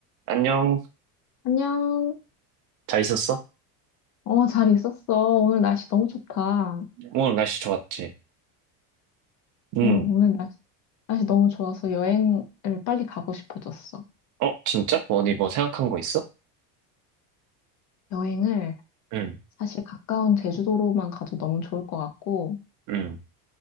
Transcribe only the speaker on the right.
안녕.
잘 있었어?
네. 오늘 날씨 좋았지? 응.
어, 진짜? 뭐니 뭐 생각한 거 있어?
응,
응,